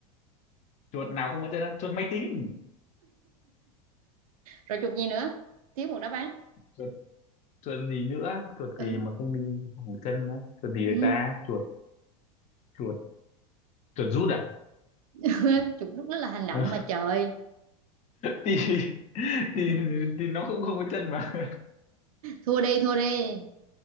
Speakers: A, on the left (about 40°); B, on the right (about 80°).
A: chuột nào không có chân á? chuột máy tính
B: rồi chuột gì nữa thiếu một đáp án
A: chuột chuột gì nữa chuột
B: ừ,
A: gì mà không đi bằng chân á chuột gì
B: ừ.
A: được ta chuột chuột chuột rút à
B: <laughs> Chụp lúc đó là hành động
A: <laughs>
B: mà trời
A: thì,
B: <laughs>
A: thì thì nó cũng không có chân mà <laughs>
B: thua đi thua đi